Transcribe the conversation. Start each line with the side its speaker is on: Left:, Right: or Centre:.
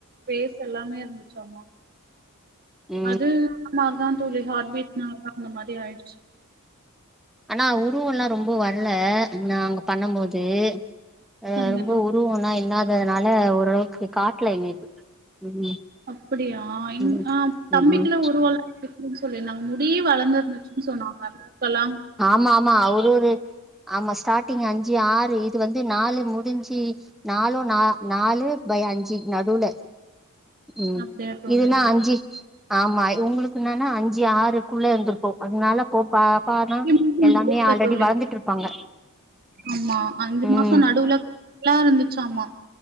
Right: ஃபேஸ் எல்லாமே இருந்துச்சமா
Centre: ம்
Right: அது அந்த மாரிதான் தோழி ஹார்ட் பீட்னால தா அந்த மாரி ஆயிடுச்சு
Centre: ஆனா உருவெல்லா ரொம்ப வரல நா அங்க பண்ண போது அ
Right: சொன்னீங்க
Centre: ரொம்ப
Right: தோழி
Centre: உருவம்லா இல்லாததுனால ஓரளவுக்கு காட்டல எங்களுக்கு ம்
Right: அப்டியா எங்
Centre: ம்
Right: ஆ தம்பிக்குல
Centre: ம் ம்
Right: உருவல இருந்துச்சுன்னு சொல்லிருதாங்க முடியே வளந்த இருந்துச்சுன்னு சொன்னாங்க மூக்கு எல்லா
Centre: ஆமா ஆமா அவுரு ஒரு ஆமா ஸ்டார்டிங் அஞ்சு ஆறு இது வந்து நாலு முடிஞ்சு நாலு நா நாலு பை அஞ்சு நடுல ம்
Right: அப்டியா தோழி
Centre: இதுன்னா அஞ்சு ஆமா இவங்களுக்கு என்னன்னா அஞ்சு ஆறுக்குள்ள இருந்திருக்கும் அதனால போ பாப்பானா
Right: ஹம் ஹம்
Centre: எல்லாமே
Right: நடுவுல
Centre: ஆல்ரெடி
Right: தோழி
Centre: வளந்துட்டு இருப்பாங்க
Right: ஆமா அஞ்சு
Centre: ம்
Right: மாச நடுவுல எல்லா இருந்துச்சமா